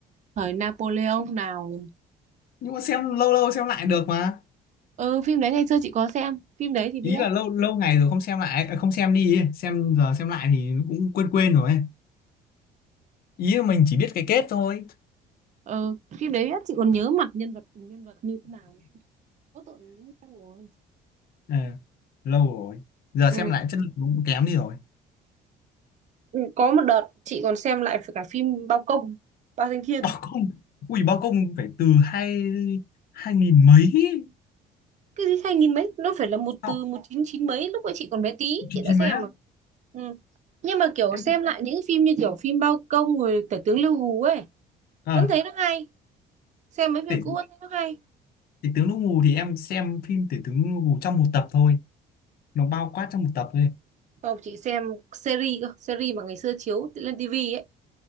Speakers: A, on the right (about 45°); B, on the left (about 60°).
A: thời Napoleon nào rồi.
B: nhưng mà xem lâu lâu xem lại được mà
A: ừ phim đấy ngày xưa chị có xem phim đấy thì biết
B: ý là lâu lâu ngày rồi không xem lại à, không xem đi ấy. xem giờ xem lại thì cũng quên quên rồi ấy. ý là mình chỉ biết cái kết thôi
A: Ờ, phim đấy á, chị còn nhớ mặt nhân vật từng nhân vật như thế nào có tội nó lâu rồi
B: Ờ, lâu rồi giờ
A: Ừ.
B: xem lại chất lượng cũng kém đi rồi
A: Có một đợt chị còn xem lại cả phim Bao Công, Bao Danh Thiên.
B: bao công ui bao công phải từ hai hai nghìn mấy ấy.
A: Cái gì hai nghìn mấy, nó phải là một
B: Xong,
A: từ một chín chín mấy, lúc ấy chị còn bé tí,
B: chín
A: chị đã
B: chín
A: xem
B: mấy á
A: mà. Ừ. Nhưng mà kiểu
B: em
A: xem lại những phim như kiểu phim Bao Công rồi Tể tướng Lưu Hú ấy,
B: ờ
A: vẫn thấy nó hay. Xem mấy phim
B: tể,
A: cũ vẫn thấy nó hay.
B: tể tướng Đỗ Ngù thì em xem phim tể tướng Đỗ Ngù trong một tập thôi nó bao quát trong một tập thôi
A: Không, chị xem series cơ, series mà ngày xưa chiếu lên tivi ấy.